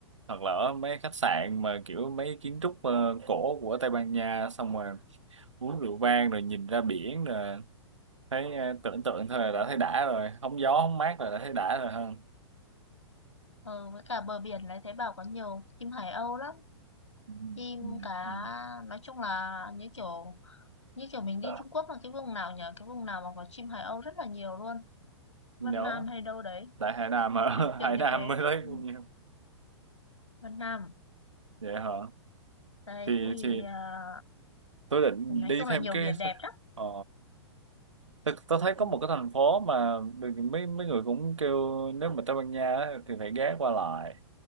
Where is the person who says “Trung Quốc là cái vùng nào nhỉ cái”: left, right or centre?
Left